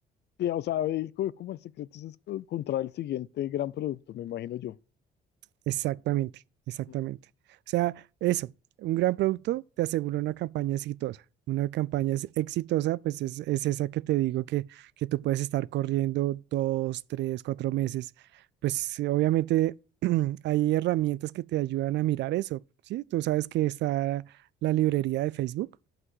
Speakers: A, on the left; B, on the right.
A: Sí, o sea, ahí co- como el secreto es co- encontrar el siguiente gran producto, me imagino yo.
B: Exactamente, exactamente.
A: Mm.
B: O sea, eso, un gran producto te asegura una campaña exitosa. Una campaña es- exitosa, pues es, es esa que te digo que, que tú puedes estar corriendo dos, tres, cuatro meses. Pues eh, obviamente <clears throat> hay herramientas que te ayudan a mirar eso, ¿sí? Tú sabes que está la librería de Facebook.